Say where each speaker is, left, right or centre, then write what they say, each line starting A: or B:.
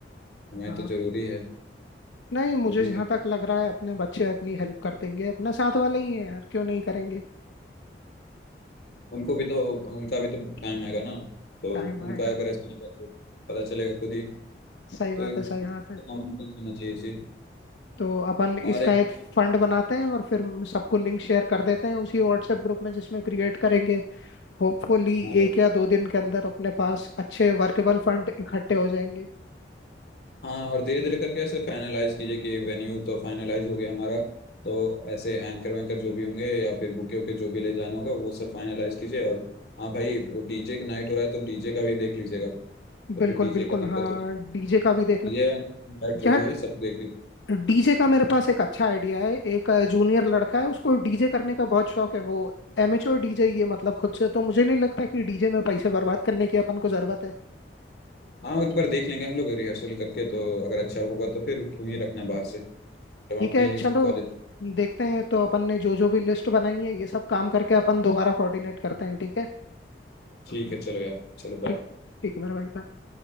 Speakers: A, on the left (about 60°); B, on the left (about 85°).
A: हमारे
B: हाँ
A: तो जरूरी है
B: नहीं मुझे
A: वो भी
B: जहां
A: है
B: तक लग रहा है अपने बच्चे अपनी हेल्प कर देंगे अपना साथ वाले ही है यार क्यों नहीं करेंगे
A: उनको भी तो उनका भी तो टाइम आएगा ना तो
B: टाइम आएगा
A: उनका अगर ऐसा होगा तो पता चलेगा खुद ही
B: सही
A: तो
B: बात है सही बात है
A: हमें करना चाहिए ये चीज
B: तो अपन इसका
A: और एक
B: एक फंड बनाते हैं और फिर सबको लिंक शेयर कर देते हैं उसी व्हाट्सएप ग्रुप में जिसमें क्रिएट करेंगे होपफुली
A: हाँ
B: एक या दो दिन के अंदर अपने पास अच्छे वर्केबल फंड इकट्ठे हो जाएंगे
A: हाँ और धीरे धीरे करके ऐसे फाइनलाइज कीजिए कि वेन्यू तो फाइनलाइज हो गया हमारा तो ऐसे एंकर वैंकर जो भी होंगे या फिर बुके वुके जो भी ले जाना होगा वो सब फाइनलाइज कीजिए और हाँ भाई वो डीजे का नाइट हो रहा है तो डीजे का भी देख लीजिएगा तो
B: बिल्कुल
A: फिर डीजे
B: बिल्कुल
A: का दिक्कत
B: हाँ
A: हो
B: डीजे का भी देखना
A: ये नाइट जो
B: यार
A: भी है सब देख लीजिए
B: डीजे का मेरे पास एक अच्छा आइडिया है एक जूनियर लड़का है उसको डीजे करने का बहुत शौक है वो एमेच्योर डीजे ये मतलब खुद से तो मुझे नहीं लगता कि डीजे में पैसे बर्बाद करने की अपन को जरूरत है
A: हाँ एक बार देख लेंगे हम लोग रिहर्सल करके तो अगर अच्छा होगा तो फिर क्यों ही रखना है बाहर
B: हम्म।
A: से जब
B: ठीक
A: अपने
B: है चलो
A: ही कॉलेज
B: देखते हैं तो अपन ने जो जो भी लिस्ट बनाई है ये सब काम करके अपन दोबारा कोऑर्डिनेट करते हैं ठीक है
A: ठीक है चलो यार चलो
B: ठीक
A: बाय
B: ठीक है मेरे भाई bye।